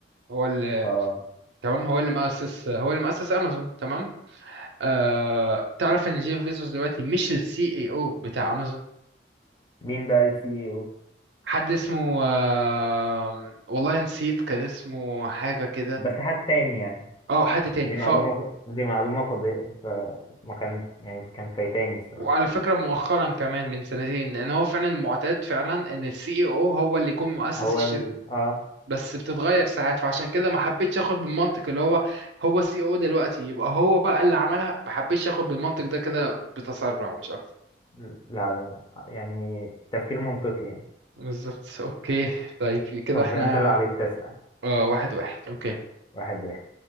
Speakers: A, on the right (about 75°); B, on the left (about 25°).
A: هو اللي
B: اه
A: تمام هو اللي مؤسس هو اللي مؤسس امازون تمام آه... تعرف ان جيف بيزوس دلوقتي مش السي اي او بتاع امازون
B: مين بقى السي او
A: حد اسمه آه... والله نسيت كان اسمه حاجة كده
B: بس حد تاني يعني
A: اه حد تاني
B: دي معلومة
A: ف
B: دي معلومة فضي فما كان يعني كان فايتاني الصراحة
A: وعلى فكرة مؤخرا كمان من سنتين ان هو فعلا معتاد فعلا ان السي او هو اللي يكون مؤسس
B: هو
A: الشركة
B: ال اه
A: بس بتتغير ساعات فعشان كده ما حبيتش اخد بالمنطق اللي هو هو السي او دلوقتي يبقى هو بقى اللي عملها ما حبيتش اخد بالمنطق ده كده بتسرع مش اكتر
B: لا لا لا. يعني تفكير منطقي يعني
A: بالظبط اوكي طيب كده
B: طب
A: احنا
B: ده انت اللي عليك تسأل
A: اه واحد واحد اوكي
B: واحد واحد